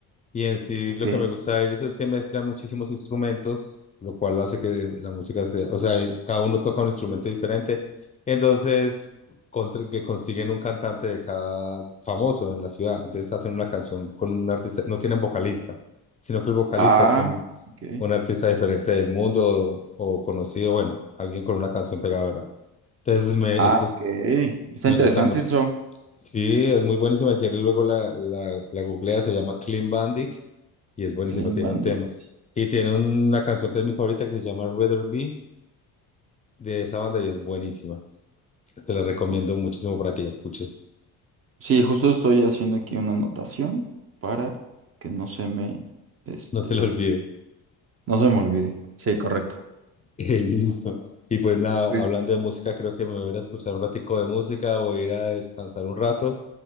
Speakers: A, on the left; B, on the right.
A: Y en sí
B: Ok.
A: lo que me gusta de ellos es que mezclan muchísimos instrumentos, lo cual hace que la música sea, o sea, eh, cada uno toca un instrumento diferente. Entonces, contra- que consiguen un cantante de cada famoso en la ciudad. Entonces hacen una canción con un artista, no tienen vocalista, sino que el vocalista
B: Ah,
A: es un,
B: ok.
A: un artista diferente del mundo o, conocido, bueno, alguien con una canción pegadora. Entonces, me,
B: Ah,
A: esos
B: ok. Está
A: me
B: interesante
A: gustan mucho.
B: eso.
A: Sí, es muy buenísima. Si quieres, luego la, la, la googlea, se llama Clean Bandit y es buenísima,
B: Clean
A: tiene
B: Bandit.
A: un tema. Y tiene una canción que es mi favorita que se llama Rather Be de esa banda y es buenísima. Se la recomiendo
B: Bueno,
A: muchísimo para que la escuches.
B: Sí, justo estoy haciendo aquí una anotación para que no se me, este,
A: No se la olvide. <laughs>
B: no se me olvide. Sí, correcto.
A: Eh, Listo. Y pues nada,
B: Pues
A: hablando de música, creo que me voy a ir a escuchar un ratico de música, voy a ir a descansar un rato,